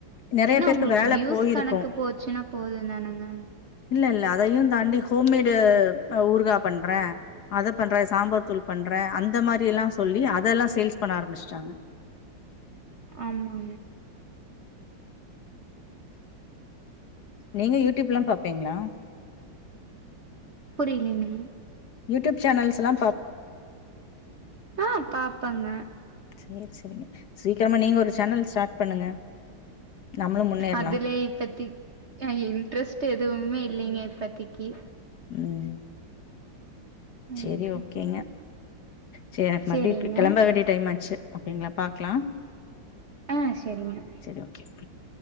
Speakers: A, on the left; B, on the right.
A: நெறைய
B: என்ன
A: பேருக்கு
B: உங்களுக்கு
A: வேல
B: வியூஸ்
A: போயிருக்கும்
B: கணக்கு போச்சுன்னா போதும் தானுங்க
A: இல்ல இல்ல அதையும் தாண்டி ஹோம்மேடு ஊருகா பண்றேன் அதை பண்ற சாம்பார் தூள் பண்ற அந்த மாரி எல்லாம் சொல்லி அதெல்லாம் சேல்ஸ் பண்ண ஆரம்பிச்சிட்டாங்க
B: ஆமா ஆமா
A: நீங்க யூடியூப்லாம் பாப்பீங்களா
B: புரியலலைங்க
A: யூடியூப் சேனல்ஸ்ல்லா
B: ஆஹ் பாப்பாங்க
A: சேரி சேரிங்க சீக்கிரமா நீங்க ஒரு சேனல் ஸ்டார்ட் பண்ணுங்க நம்மளு முன்னேறலா
B: அதுல இப்பத்தி இன்ட்ரெஸ்ட் எதுவுமே இல்லைங்க இப்பத்திக்கு
A: உம் சரி
B: ம்
A: ஓகேங்க சரி எனக்கு
B: சேரிங்க
A: மறுபடி கிளம்ப வேண்டிய டைம் ஆச்சு ஓகேங்களா பாக்கலாம்
B: ஆ சேரிங்க
A: சரி ஓகே